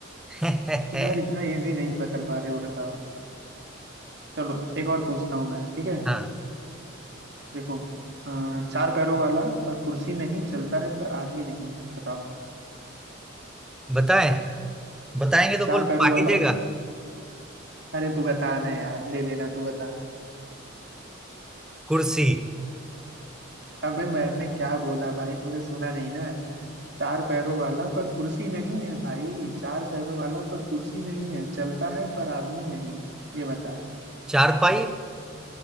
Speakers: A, in the centre; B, on the right.
A: <laughs>
B: तुम यार इतना इजी नहीं पकड़ पा रहे हो, बताओ चलो एक और पूछता हूँ मैं ठीक है
A: हाँ
B: देखो अ, चार पैरों वाला पर कुर्सी नहीं चलता है पर आदमी नहीं बताओ
A: बताएं बताएंगे तो
B: चार
A: बोल
B: पैरों
A: पार्टी
B: वाला
A: देगा
B: अरे तू बताना यार ले लेना तू बता
A: कुर्सी
B: अबे मैंने क्या बोला भाई तूने सुना नहीं ना चार पैरों वाला पर कुर्सी नहीं है भाई चार पैरों वाला पर कुर्सी नहीं है चलता है पर आदमी नहीं ये बता
A: चारपाई